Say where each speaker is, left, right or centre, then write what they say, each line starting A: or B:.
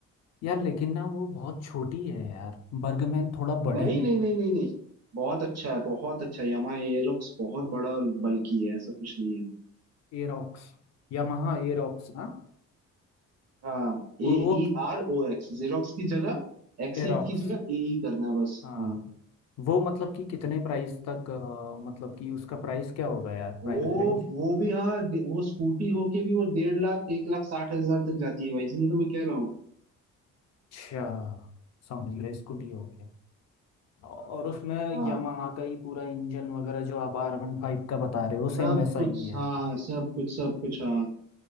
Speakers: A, on the left; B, on the right.
A: यार लेकिन ना वो बहुत छोटी है यार बर्गमैन थोड़ा बड़ी
B: नहीं
A: है
B: नहीं नहीं नहीं नहीं बहुत अच्छा है बहुत अच्छा है यामाहा एरोक्स बहुत बड़ा और बल्की है ऐसा कुछ नहीं है
A: Aerox Yamaha Aerox हाँ
B: हाँ ए
A: वो वो
B: ई आर ओ एक्स जेरोक्स की जगह एक्सी
A: एरोक्स
B: की जगह ए ई करना है बस
A: हाँ
B: हाँ
A: वो मतलब कि कितने प्राइस तक अ, मतलब कि उसका प्राइस क्या होगा यार प्राइस
B: वो
A: रेंज
B: वो भी हाँ दे- वो स्कूटी होके भी वो डेढ़ लाख एक लाख साठ हजार तक जाती है भाई इसलिए तो मैं कह रहा हूँ
A: अच्छा समझ गया स्कूटी हो गया और उसमें
B: हाँ
A: यामाहा का ही पूरा इंजन वगैरह जो आप आर वन फाइव का बता रहे हो सेम
B: सब
A: वैसा
B: कुछ
A: ही है
B: हाँ हाँ सब कुछ सब कुछ हाँ